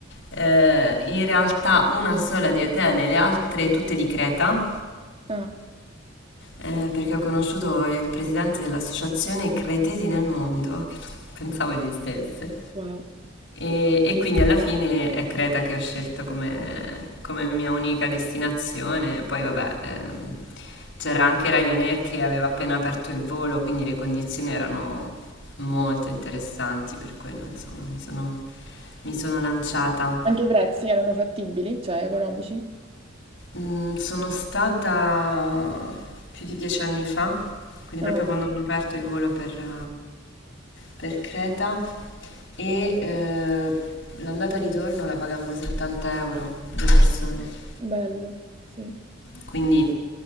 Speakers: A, on the left; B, on the right.
A: Eh, in realtà una sola di Atene, le altre tutte di Creta.
B: Ah,
A: Eh, perché ho conosciuto il presidente dell'associazione Cretesi nel Mondo, che non pensavo esistesse.
B: wow.
A: E, e quindi alla fine è Creta che ho scelto come, come mia unica destinazione. Poi vabbè, ehm, c'era anche Ryanair che aveva appena aperto il volo, quindi le condizioni erano molto interessanti per quello, insomma, mi sono mi sono lanciata.
B: Anche i prezzi erano fattibili, cioè economici?
A: Mm, sono stata più di dieci anni fa, quindi
B: Ah,
A: proprio quando hanno aperto il volo per, eh, per Creta e eh, l'andata e ritorno la pagammo 70 euro, due persone.
B: bello, sì.
A: Quindi